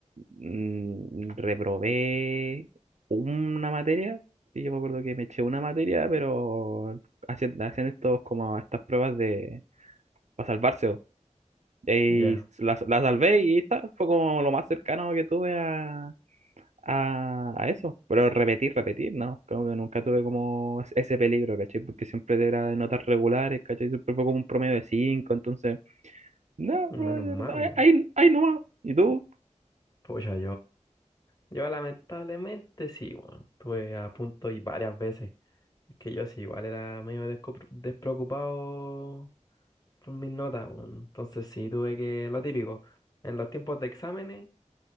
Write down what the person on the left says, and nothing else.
ya.
Menos
mal,
weón.
Pues yo, yo lamentablemente sí, weón. Estuve a punto y varias veces. Es que yo sí, igual era medio desco- despreocupado por mis notas, weón. Entonces sí, tuve que, lo típico, en los tiempos de exámenes,